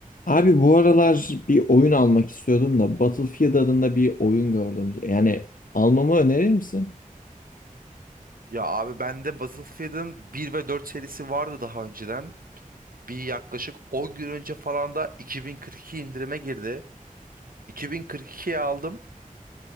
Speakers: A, on the left (about 70°); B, on the right (about 80°).
A: Abi bu aralar bir oyun almak istiyordum da Battlefield adında bir oyun gördüm. Yani almamı önerir misin?
B: Ya abi bende Battlefield'ın bir ve 4 serisi vardı daha önceden. Bir yaklaşık 10 gün önce falan da 2042 indirime girdi. 2042'ye aldım.